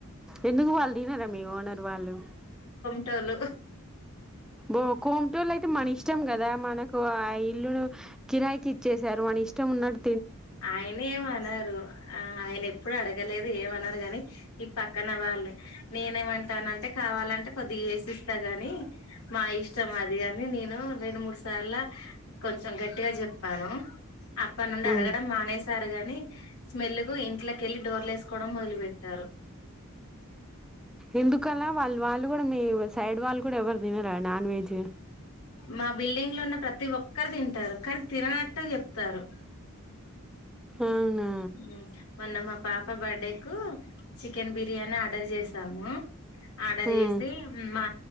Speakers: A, in the centre; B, on the left.
A: ఎందుకు వాళ్ళు దినరా మీ ఓనరు వాళ్ళు?
B: టోల్లు
A: ఓ కొంటోళ్ళు అయితే మనిష్టం కదా! మనకు ఆ ఇల్లును, కిరాయికి ఇచ్చేశారు. మనిష్టం ఉన్నట్
B: ఆయనేం అనరు. ఆ ఆయన ఎప్పుడు అడగలేదు ఏమనలేదు గాని, ఈ పక్కన వాళ్ళే. నేనేమంటానంటే, కావాలంటే కొద్దిగా ఏసిస్తా గాని, మా ఇష్టం అది అని, నేను రెండు మూడు సా ర్ల కొంచం గట్టిగా చెప్పాను. అప్పడ్ నుండి
A: హ్మ్
B: అడగ సారు గాని, స్మెల్ కు ఇంట్లోకెల్లి డోర్లు వేసుకోవడం మొదలు పెట్టారు.
A: ఎందుకలా? వాళ్ళు, వాళ్ళు కూడా మీ సైడ్ వాళ్ళు కూడ ఎవరు తినరా నాన్ వెజ్?
B: మా బిల్డింగ్ లో ఉన్న ప్రతి ఒక్కరు తింటారు. కానీ తిననట్టే చెప్తారు.
A: అవునా
B: మ్ హు మన్న మా పాప బర్డే కు చికెన్ బిర్యానీ ఆర్డర్ చేసాము. ఆర్డర్
A: హ్మ్
B: చేసి, మా